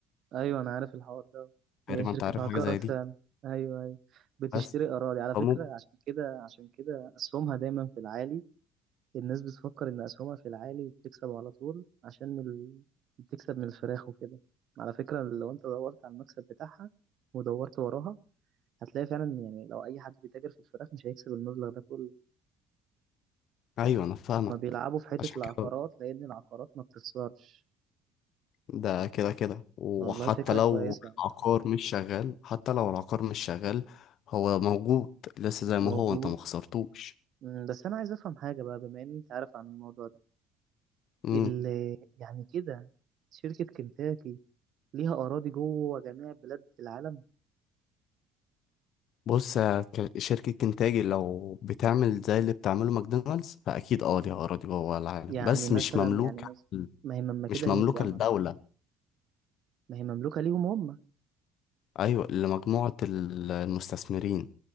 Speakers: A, on the right; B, on the left.
A: ايوه انا عارف الحوار ده
B: تقريبا
A: هي شركه
B: أنت عارف حاجة
A: هكرت
B: زي دي
A: فعلا ايوه ايوه بتشتري
B: بس
A: اراضي على
B: فمو-
A: فكره عشان كده عشان كده اسهمها دايما في العالي الناس بتفكر ان اسهمها في العالي وبتكسب على طول عشان من ال... بتكسب من الفراخ وكده على فكره لو انت دورت على المكسب بتاعها ودورت وراها هتلاقي فعلا يعني لو اي حد بيتاجر في الفراخ مش هيكسب المبلغ ده كله
B: أيوه أنا فاهمك
A: ما بيلعبوا في حته
B: عشان
A: العقارات
B: كده
A: لان العقارات ما بتخسرش
B: ده كده كده وحتى
A: والله فكره
B: لو
A: كويسه يعني.
B: العقار مش شغال حتى لو العقار مش شغال هو موجود لسه زي ما
A: موجود
B: هو انت ما خسرتوش
A: مم، بس انا عايز افهم حاجه بقى بما ان انت عارف عن الموضوع ده
B: امم
A: ال- يعني كده شركة كنتاكي ليها أراضي جوه جميع بلاد العالم
B: بص يا ك- شركة كنتاجي لو بتعمل زي اللي بتعمله ماكدونالدز فأكيد اه ليها أراضي جوه العالم
A: يعني
B: بس
A: مثلا
B: مش مملوكة
A: يعني مثلا ما هي مما
B: مش
A: كده
B: مملوكة
A: هي تبقى
B: لدولة
A: مم ما هي مملوكة ليهم هم
B: أيوة لمجموعة ال- المستثمرين